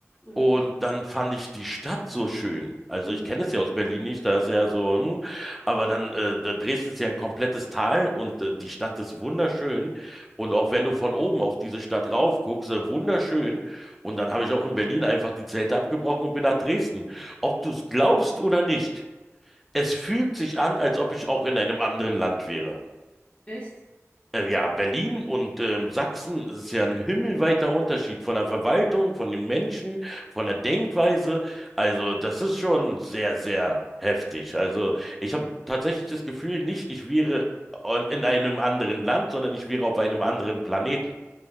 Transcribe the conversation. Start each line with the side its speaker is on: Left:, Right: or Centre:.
Left: Okay.
Centre: Und dann fand ich die Stadt so schön. Also
Left: Mhm.
Centre: ich kenne es ja aus Berlin nicht, da ist ja so, hm, aber dann, äh, da- Dresden ist ja ein komplettes Tal und äh, die Stadt ist wunderschön. Und auch wenn du von oben auf diese Stadt rauf guckst, äh, wunderschön. Und dann habe ich auch in Berlin einfach die Zelte abgebrochen und bin nach Dresden. Ob du es glaubst oder nicht, es fühlt sich an, als ob ich auch in einem anderen Land wäre.
Left: Echt?
Centre: Äh, Ja, Berlin und ähm, Sachsen es ist ja ein himmelweiter Unterschied von der Verwaltung, von den Menschen, von der Denkweise. Also, das ist schon sehr, sehr heftig. Also, ich habe tatsächlich das Gefühl, nicht ich wäre on- in einem anderen Land, sondern ich wäre auf einem anderen Planeten.